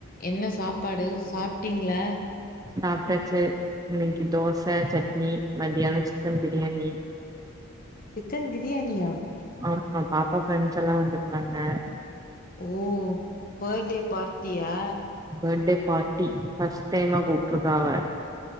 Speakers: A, on the left; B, on the right.
A: என்ன சாப்பாடு சாப் ட்டீங்களா.
B: சாப்பிட்டாச்சு இன்னைக்கு தோச சட்னி மத்தியானம் சிக்கன் பிரியாணி.
A: சிக்கன் பிரியாணியா.
B: ஆமா பாப்பா பெர்ன்ஸ் எல்லா வந்து இருந்தாங்க
A: ஓ பர்டே பார்ட்டியா.
B: பர்த்டே பார்ட்டி பர்ஸ்ட் டைமா கூப்பிட்டு இருக்கா அவ.